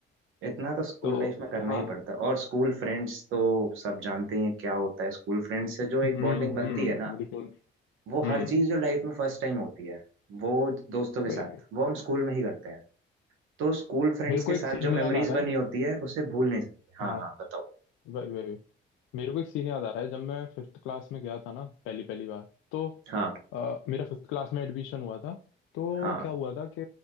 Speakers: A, on the right; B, on the left.
A: इतना तो स्कूल
B: तो
A: लाइफ में करना
B: हाँ
A: ही पड़ता है और स्कूल फ्रेंड्स तो सब जानते ही हैं क्या होता है स्कूल फ्रेंड्स से
B: हम्म
A: जो एक बॉन्डिंग बनती
B: हम्म
A: है ना
B: बिल्कुल
A: वो
B: हम्म
A: हर चीज जो लाइफ में फर्स्ट टाइम होती है वो दोस्तों के
B: वही
A: साथ
B: वही
A: वो हम स्कूल में ही करते हैं तो स्कूल फ्रेंड्स
B: मेरे
A: के
B: को एक
A: साथ
B: सीन
A: जो
B: याद
A: मेमोरीज
B: आ रहा
A: बनी
B: है
A: होती है उसे भूल नहीं सकते
B: हाँ
A: हाँ हाँ बताओ
B: वही वही मेरे को एक सीन याद आ रहा है जब मैं फिफ्थ क्लास में गया था ना पहली पहली बार तो
A: हाँ
B: अ, मेरा फिफ्थ क्लास में एडमिशन हुआ था तो
A: हाँ
B: क्या हुआ था कि